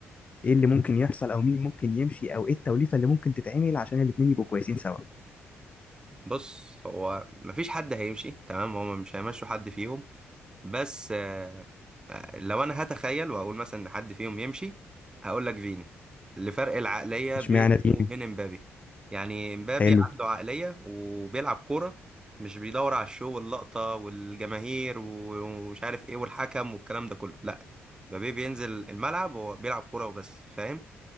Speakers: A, on the left; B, on the right.
A: ايه اللي ممكن يحصل او مين ممكن يمشي او ايه التوليفه اللي ممكن تتعمل عشان الاتنين يبقوا كويسين سوا
B: بص هو مفيش حد هيمشي تمام هما مش هيمشوا حد فيهم بس آه آه، لو انا هتخيل واقول مثلا ان حد فيهم يمشي هقول لك فيني لفرق العقلية
A: اشمعنى
B: بينه
A: تيمي
B: وبين امبابي يعني امبابي
A: حلو
B: عنده عقلية وبيلعب كورة مش بيدور على الشو واللقطة والجماهير ومش عارف ايه والحكم والكلام ده كله لا مبابي بينزل الملعب هو بيلعب كورة وبس فاهم